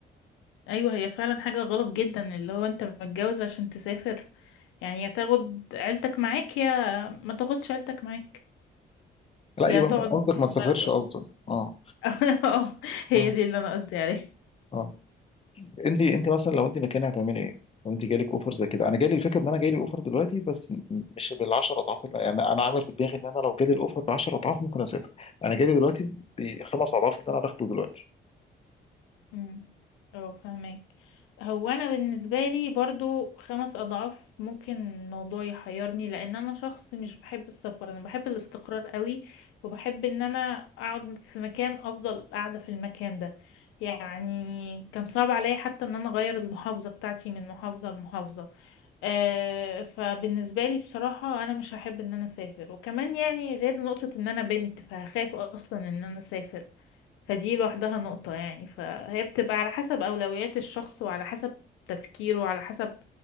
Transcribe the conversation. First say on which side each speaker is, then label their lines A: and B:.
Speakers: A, on the left; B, on the left.
A: ايوه هي فعلا حاجة غلط جدا اللي هو انت متجوز عشان تسافر يعني يا تاخد عيلتك معاك يا ما تاخدش عيلتك معاك
B: لا
A: يا
B: يبقى
A: تقعد
B: قصدك ما
A: في
B: تسافرش
A: البلد قصدي
B: قصدك اه
A: <laughs> اه هي
B: اه
A: دي اللي انا قصدي عليها
B: اه انت انت مثلا لو انت مكاني هتعملي ايه؟ لو انت جالك اوفر زي كده انا جالي الفكره ان انا جالي اوفر دلوقتي بس م- مش بال 10 اضعاف اللي- يعني انا عامل في دماغي ان انا لو جالي الاوفر ب 10 اضعاف ممكن اسافر انا جالي دلوقتي بخمس اضعاف اللي انا باخده دلوقتي
A: امم اه فهمك هو انا بالنسبه لي برضو خمس اضعاف ممكن الموضوع يحيرني لان انا شخص مش بحب السفر انا بحب الاستقرار قوي وبحب ان انا اقعد في مكان افضل قاعده في المكان ده يعني كان صعب عليا حتى ان انا اغير المحافظه بتاعتي من محافظه لمحافظه آه فبالنسبه لي بصراحه انا مش هحب ان انا اسافر وكمان يعني غير نقطه ان انا بنت فهخاف اصلا ان انا اسافر فدي لوحدها نقطة يعني فهي بتبقى على حسب أولويات الشخص وعلى حسب تفكيره وعلى حسب